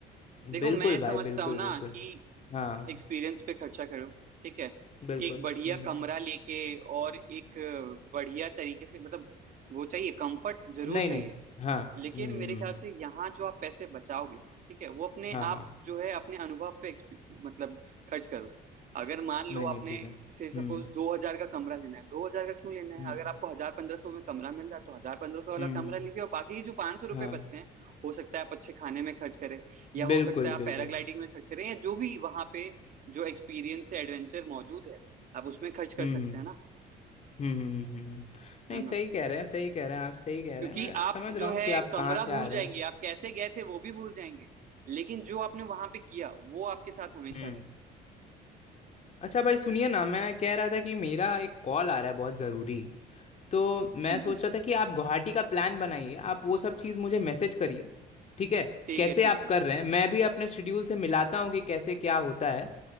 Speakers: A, on the right (about 50°); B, on the left (about 40°).
A: देखो
B: बिल्कुल
A: मैं समझता
B: भाई बिल्कुल
A: हूँ ना
B: बिल्कुल
A: कि
B: हाँ
A: एक्सपीरियंस पे खर्चा करो ठीक है
B: बिल्कुल
A: एक बढ़िया
B: हम्म हम्म
A: कमरा लेके और एक अ, बढ़िया तरीके से मतलब वो चाहिए कंफर्ट जरूर
B: नहीं
A: चाहिए
B: नहीं हाँ हम्म
A: लेकिन मेरे
B: हम्म,
A: ख्याल
B: हम्म।
A: से यहाँ जो आप पैसे बचाओगे ठीक है वो अपने
B: हाँ
A: आप
B: हाँ
A: जो है अपने अनुभव पे exp- मतलब खर्च करो अगर मान लो
B: नहीं
A: आपने
B: नहीं ठीक है हम्म
A: से सपोज दो हजार का कमरा लेना है दो हजार का क्यों लेना है
B: हम्म
A: अगर आपको हजार पंद्रह सौ में कमरा मिल रहा है तो हजार पंद्रह सौ वाला
B: हम्म
A: कमरा लीजिए और बाकी के जो पाँच सौ रुपये
B: हाँ
A: बचते हैं हो सकता है आप अच्छे खाने में खर्च करें या हो
B: बिल्कुल
A: सकता है आप
B: बिल्कुल
A: पैराग्लाइडिंग में खर्च करें या जो भी वहाँ पे जो एक्सपीरियंस या एडवेंचर मौजूद है आप उसमें खर्च कर
B: हम्म
A: सकते हैं ना
B: हम्म हम्म हम्म, हम्म, हम्म। नहीं
A: है ना
B: सही कह रहे हैं सही कह रहे हैं आप सही कह
A: क्योंकि
B: रहे हैं मैं
A: आप
B: समझ रहा
A: जो
B: हूँ
A: है
B: कि आप
A: कमरा
B: कहाँ से
A: भूल
B: आ रहे
A: जाएंगे
B: हैं
A: आप कैसे गए थे वो भी भूल जाएंगे लेकिन जो आपने वहां पे किया वो आपके साथ हमेशा
B: हम्म
A: रहेगा
B: अच्छा भाई सुनिए ना मैं कह रहा था कि मेरा एक कॉल आ रहा है बहुत ज़रूरी तो मैं
A: हम्म
B: सोच
A: हम्म
B: रहा था कि आप गुवाहाटी का प्लान बनाइए आप वो सब चीज़ मुझे मैसेज करिए ठीक है
A: ठीक
B: कैसे
A: है ठीक
B: आप
A: है
B: कर रहे हैं मैं भी अपने शेड्यूल से मिलाता हूँ कि कैसे क्या होता है